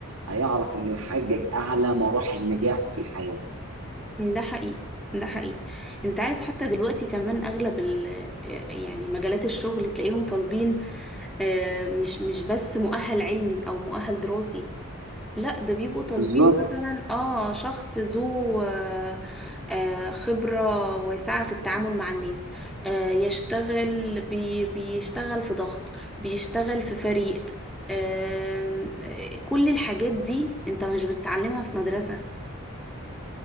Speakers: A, on the right; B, in the centre.
A: هيعرف انه يحقق اعلى مراحل نجاحه في الحياه
B: ده حقيقي ده حقيقي انت عارف حتى دلوقتي كمان اغلب ال آه، يعني مجالات الشغل تلاقيهم طالبين آه، مش مش بس مؤهل علمي او مؤهل دراسي لا ده بيبقوا طالبين
A: بالظبط
B: مثلا اه شخص ذو آه، آه، خبرة واسعة في التعامل مع الناس آه، يشتغل بي بيشتغل في ضغط بيشتغل في فريق آم، آه، كل الحاجات دي انت مش بتتعلمها في مدرسة